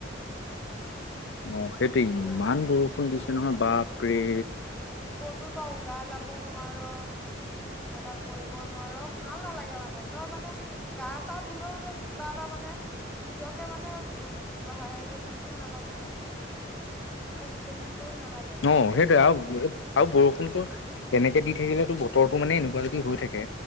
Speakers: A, on the left; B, in the centre.
A: অ সেইটো
B: মানে
A: ইমান
B: ক
A: বৰষুণ দিছে নহয় বাপৰে
B: কতো তই ওলাই যাব নোৱাৰ। একো এটা কৰিব নোৱাৰ। ভাল নালাগে মানে, তই মানে গা চা ধুলেও যেন কিবা এটা মানে, নিজকে মানে হে নিচিনা নালাগে, মানে ক মুকলি মুকলি নালাগে মানে
A: অহ সেইটোৱে আও আৰু বৰষুণতো এনেকে দি থাকিলেতো বতৰটো মানে এনেকুৱা যদি হৈ থাকে